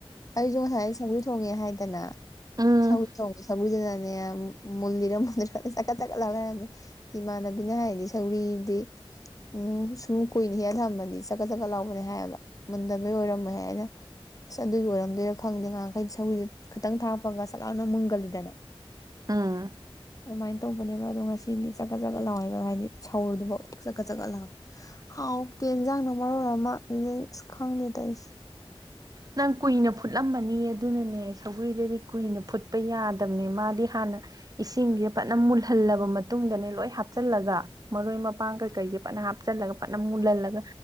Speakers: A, on the left; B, on the right.
A: ꯑꯩꯁꯨ ꯉꯁꯥꯏ ꯁꯒꯣꯏ ꯊꯣꯡꯉꯦ ꯍꯥꯏꯗꯅ
B: ꯎꯝ
A: ꯁꯣꯡ ꯁꯏꯗꯅ ꯃꯨꯟꯅꯤꯔ ꯃꯨꯟꯔ ꯆꯀꯠ ꯆꯀꯠ ꯂꯥꯎ ꯂꯩꯔꯝꯃꯦ ꯏꯃꯥꯟꯅꯕꯤꯅ ꯍꯥꯏꯔꯗꯤ ꯁꯧꯔꯤꯗꯤ ꯎꯝ ꯁꯨꯝ ꯀꯨꯏꯅ ꯍꯦꯟꯅ ꯊꯝꯕꯗꯤ ꯆꯥꯛꯀꯠ ꯆꯀꯠ ꯂꯥꯎꯕꯅꯦ ꯍꯥꯏꯌꯦꯕ ꯃꯨꯟꯗꯕꯩ ꯑꯣꯏꯔꯝꯃꯦꯍꯦ ꯍꯥꯏꯅ ꯑꯁ ꯑꯗꯨꯒꯤ ꯑꯣꯏꯔꯝꯗꯣꯏꯔꯥ ꯈꯪꯗꯦ ꯉꯍꯈꯩ ꯁꯧ ꯈꯤꯇꯪ ꯊꯥꯛꯄꯒ ꯁꯠ ꯂꯥꯎꯅ ꯃꯨꯟꯒꯜꯂꯤꯗꯅ
B: ꯎꯝ
A: ꯑꯗꯨ ꯃꯥꯏ ꯇꯧꯕꯅꯦꯕ ꯑꯗꯣ ꯉꯁꯤꯅꯤ ꯆꯠꯀꯠ ꯆꯠꯀꯠ ꯂꯥꯎꯋꯦꯕ ꯍꯥꯏꯗꯤ ꯁꯧꯔꯨꯗꯨꯕ ꯆꯀꯠ ꯆꯠꯀꯠ ꯂꯥꯎꯋꯦ ꯍꯥꯎ ꯇꯦꯟꯖꯥꯡꯅ ꯃꯔꯣ ꯑꯃ ꯈꯪꯅꯤꯗ ꯑ ꯑꯩꯁ
B: ꯅꯪ ꯀꯨꯏꯅ ꯐꯨꯠꯂꯝꯃꯅꯤ ꯑꯗꯨꯅꯅꯦ ꯁꯧꯒ꯭ꯔꯤꯗꯗꯤ ꯀꯨꯏꯅ ꯐꯨꯠꯄ ꯌꯥꯗꯕꯅꯦ ꯃꯥꯗꯤ ꯍꯥꯟꯅ ꯏꯁꯤꯡꯁꯦ ꯐꯖꯅ ꯃꯨꯜꯍꯜꯂꯕ ꯃꯇꯨꯡꯗꯅꯦ ꯂꯣꯏ ꯍꯥꯞꯆꯜꯂꯒ ꯃꯔꯣꯏ ꯃꯄꯥꯡ ꯀꯩꯀꯩꯁꯦ ꯐꯖꯅ ꯍꯥꯞꯆꯜꯂꯒ ꯐꯖꯅ ꯃꯨꯜꯍꯜꯂꯒ